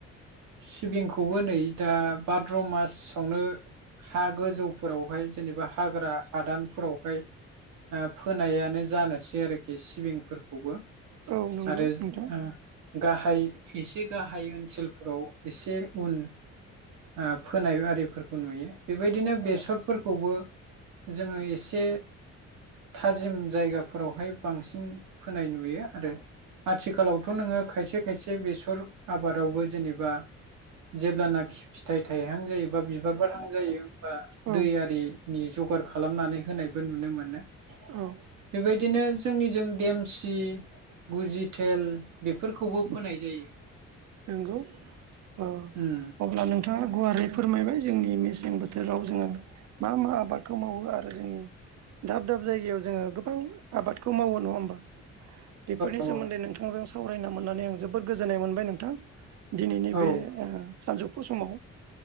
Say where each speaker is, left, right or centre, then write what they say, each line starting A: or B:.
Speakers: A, on the right; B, on the right.
A: सिबिंखौबो नै दा भाद्र' मासावनो हा गोजौफोरावहाय जेनोबा हाग्रा हादानफोरावहाय ओ फोनायानो जानोसै आरोखि सिबिंफोरखौबो
B: औ नंगौ
A: आरो
B: नोंथां
A: ओ गाहाय एसे गाहाय ओनसोलफोराव एसे उन ओ फोनाय आरिफोरखौ नुयो बेबायदिनो बेसरफोरखौबो जोङो एसे थाजिम जायगाफोरावहाय बांसिन फोनाय नुयो आरो आथिखालावथ' नोङो खायसे खायसे बेसर आबादावबो जेनोबा जेब्लानाखि फिथाइ थाइहां जायो बा बिबार बारहां जायो बा
B: औ
A: दैआरि नि ज'गार खालामनानै होनायबो नुनो मोनो
B: औ
A: बेबायदिनो जोंनिजों देमसि गुजिटेल बेफोरखौबो फोनाय जायो
B: नोंगौ ओ
A: उम
B: अब्ला नोंथां आ गुवारै फोरमायबाय जोंनि मेसें बोथोराव जोङो मा मा आं आबादखौ मावो आरो जोंनि दाब दाब जायगायाव जोङो गोबां आबादखौ मावो नङा होमबा बेफोरनि
A: औ
B: सोमोन्दै नोंथांजों सावरायना मोननानै आं जोबोद गोजोननाय मोनबाय नोंथां दिनैनि
A: औ
B: बे ओ सानजौफु समाव